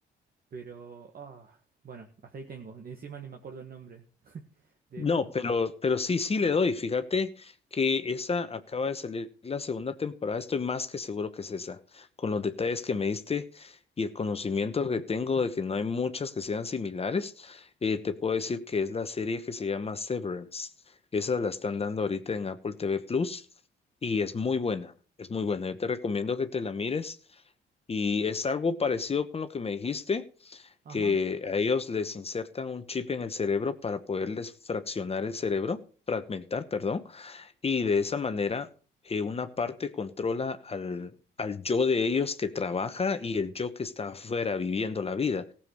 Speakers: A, on the right (about 50°); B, on the left (about 30°).
A: Pero, ah, bueno, hasta ahí tengo, <laughs> ni encima ni me acuerdo el nombre de
B: No,
A: esto.
B: pero, pero sí, sí le doy. Fíjate que esa acaba de salir la segunda temporada. Estoy más que seguro que es esa, con los detalles que me diste y el conocimiento que tengo de que no hay muchas que sean similares. eh, te puedo decir que es la serie que se llama Severance. Esa la están dando ahorita en Apple TV Plus y es muy buena. Es muy buena. Yo te recomiendo que te la mires y es algo parecido con lo que me dijiste
A: Ajá,
B: que a ellos les insertan un chip en el cerebro para poderles fraccionar el cerebro, fragmentar, perdón, y de esa manera eh, una parte controla al, al yo de ellos que trabaja y el yo que está afuera viviendo la vida